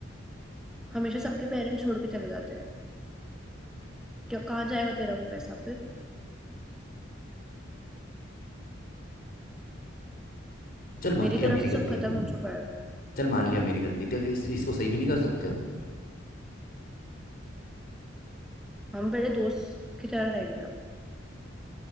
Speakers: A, in the centre; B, on the left.
A: हमेशा सबके पेरेंट्स छोड़ के चले जाते हैं क्या कहाँ जाएगा तेरा वो पैसा फिर
B: चल
A: मेरी
B: मान लिया
A: तरफ
B: मेरी
A: से सब
B: गलती
A: खत्म
B: है
A: हो चुका है
B: चल मान लिया मेरी गलती है तो क्या इस चीज को सही भी नहीं कर सकते अब
A: हम पहले दोस्त की तरह रहेंगे अब